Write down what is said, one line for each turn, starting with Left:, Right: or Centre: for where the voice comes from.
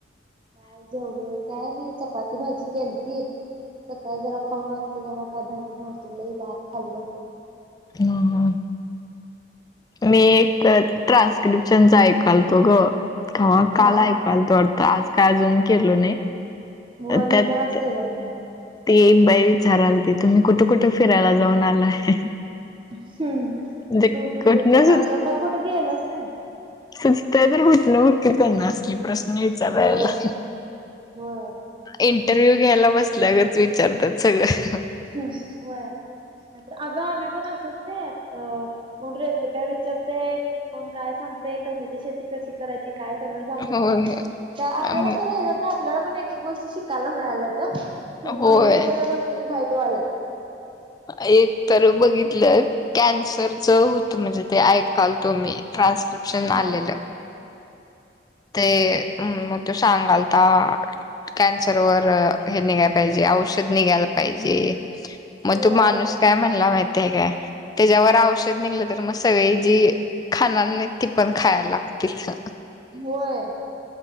Right: काय जेवलो काय नाय चपाती भाजी केलती. सकाळी जरा खाऊन आलतो त्याच्यामुळ काय भूक नव्हती. लय भात खाल्लो.
Left: हम्म हं मी एक ट्रान्स्क्रिप्शनचा ऐकालतो ग <unintelligible>
Right: हा.
Left: काल ऐक काल तो <unintelligible> आज काय अजून केलो नाय
Right: होय
Left: त्यात
Right: मी पण आज केलो नाही बघ.
Left: ती एक बाई विचारालाती तुम्ही कुठ कुठ फिराला जाऊन आलाय.
Right: सेम तू
Left: म्हणजे
Right: पण
Left: कुठनं
Right: विचार आता पण कुठ गेलोच नाय.
Left: सुचतय तर कुठलं बघ की त्यांना असली प्रश्न विचारायला
Right: होय होय.
Left: इंटरव्ह्यू घ्यायला बसल्या गत विचारतात सगळं
Right: <unintelligible> व्हय. नाय तर अगं आम्ही पण असच काय अ कोण रेसिप्या विचारतय कोण काय सांगतय कशाची शेती कशी करायची काय सगळ सांगत
Left: होय
Right: असतात काय आपल्याला
Left: आम्ही
Right: करू देतात ना आपल्याला पण एक एक गोष्टी शिकायला मिळाल्यात खूप
Left: होय
Right: माहित नसलेल्या गोष्टी माहित होयल्यात.
Left: एक तर बघितलं कॅन्सर च होत म्हणजे ते ऐकाल तुम्ही ट्रान्स्क्रिप्शन
Right: हा
Left: आलेलं ते म त्यो सांगालता कॅन्सर वर हे निघाय पाहिजे औषध निघायला पाहिजे. म
Right: होय
Left: तो माणूस काय म्हणला माहितीय काय त्याच्यावर औषध निघलं तर म सगळी जी खाणार नाय ती पण खायाला लागतीत.
Right: होय.